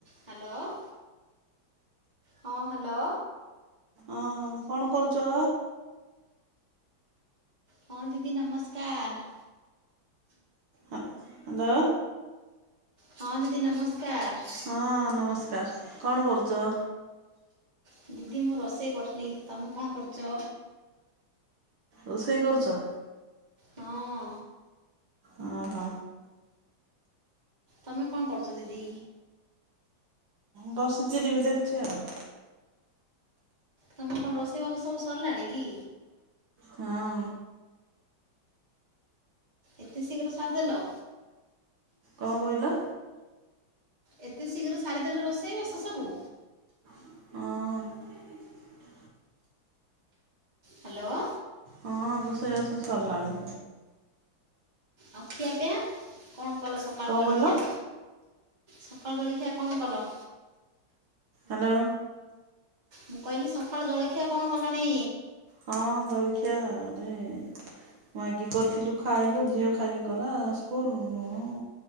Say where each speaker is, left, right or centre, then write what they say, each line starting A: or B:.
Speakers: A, on the right; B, on the right.
A: ହ୍ୟାଲୋ ହଁ ହ୍ୟାଲୋ।
B: ଅଁ କଣ କରୁଛ?
A: ହଁ ଦିଦି ନମସ୍କାର।
B: ହାଲୋ।
A: ହଁ ଦିଦି ନମସ୍କାର।
B: ହଁ ନମସ୍କାର। କଣ କରୁଛ?
A: ଦିଦି ମୁଁ ରୋଷେଇ କରିଥିଲି। ତମେ କଣ କରୁଛ?
B: ରୋଷେଇ କରୁଛ?
A: ହଁ।
B: ଅହ।
A: ତମେ କଣ କରୁଛ ଦିଦି?
B: ବସିଛି ଟିଭି ଦେଖୁଛି ଆଉ।
A: ତମ କଣ ରୋଷେଇବାସ ସବୁ ସରିଲାଣି କି?
B: ହଁ।
A: ଏତେ ଶୀଘ୍ର ସାରିଦେଲ।
B: କଣ କହିଲ?
A: ଏତେ ଶୀଘ୍ର ସାରିଦେଲ ରୋଷେଇବାସ ସବୁ।
B: ହଁ।
A: ହ୍ୟାଲୋ।
B: ହଁ ରୋଷେଇ ବାସ ସରିଲାଣି।
A: ଆଉ ଖିଆପିଆ କଣ କଲ ସକାଳୁ
B: କଣ
A: ଜଳିଖିଆ?
B: କହିଲ?
A: ସକାଳୁ ଜଳିଖିଆ କଣ କଲ?
B: ହାଲୋ।
A: ମୁଁ କହିଲି ସକାଳୁ ଜଳଖିଆ କଣ କଲଣି?
B: ହଁ ଜଳିଖିଆ କଲିନି। ମାଗି କରିଥିଲୁ ଖାଇଲୁ ଝିଅ ଖାଇକି ଗଲା ସ୍କୁଲ ହଁ।